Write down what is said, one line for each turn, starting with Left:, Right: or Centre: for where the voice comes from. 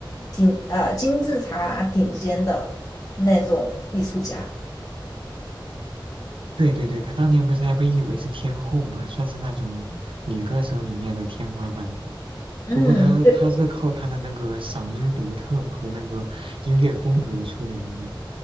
Left: 顶呃金字塔顶尖的那种艺术家。
Right: 对对对，她当年不是还被誉为是天后嘛，算是那种女歌手里面的天花板。
Left: 嗯，
Right: 不过他他是靠他的那个嗓音独特和那个音乐风格出名的，
Left: 对，